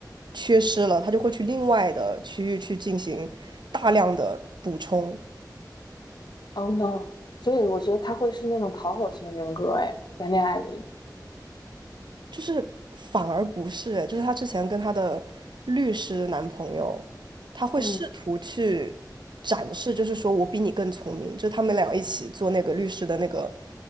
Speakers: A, on the right (about 85°); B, on the left (about 75°).
A: 缺失了，他就会去另外的区域去进行大量的补充。
B: ，Oh no！所以我觉得他会是那种讨好型人格，哎，在恋爱里，
A: 就是反而不是，就是她之前跟她的律师男朋友，她会试图去展示，
B: 嗯
A: 就是说我比你更聪明，就他们俩一起做那个律师的那个